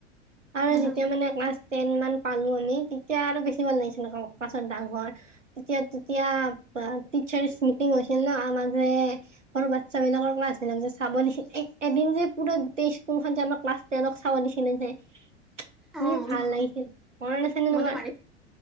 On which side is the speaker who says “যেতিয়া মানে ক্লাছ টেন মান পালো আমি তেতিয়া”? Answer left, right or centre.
Right